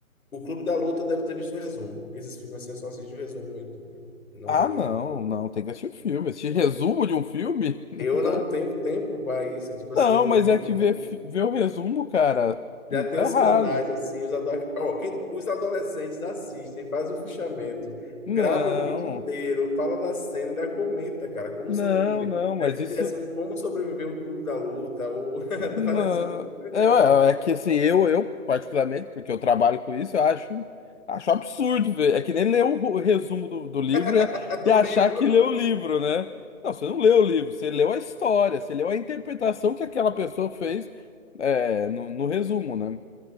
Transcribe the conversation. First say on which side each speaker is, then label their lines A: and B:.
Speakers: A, on the left; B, on the left.
A: O Clube da Luta deve ter visto o resumo, porque esses filmes assim eu só assisto o resumo no YouTube. Não
B: Ah,
A: vejo
B: não,
A: o filme.
B: não, tem que assistir o filme. Assistir resumo de um filme? <laughs>
A: Eu
B: Né?
A: não tenho tempo para isso. Tipo assim,
B: Não,
A: eu
B: mas é que ver,
A: já,
B: fi- ver o resumo, cara,
A: já
B: não
A: tem
B: tá
A: os
B: errado.
A: canais assim, os, ado- ó, quem- os adolescentes assistem, faz o fichamento,
B: Não,
A: grava o vídeo inteiro, fala da cena, ainda comenta, cara, como
B: não,
A: sobreviver.
B: não, mas
A: Deve
B: isso.
A: ter assim, um como sobreviver um clube da luta, ou <laughs>
B: Não,
A: várias coisas, pode procurar
B: é, é que assim, eu, eu particularmente, porque eu trabalho com isso, eu acho, acho absurdo ver. É que nem ler o, o resumo do, do livro
A: lá.
B: e,
A: <laughs> Do
B: e achar
A: livro.
B: que leu o livro, né? Não, você não leu o livro, você leu a história, você leu a interpretação que aquela pessoa fez é, no, no resumo, né?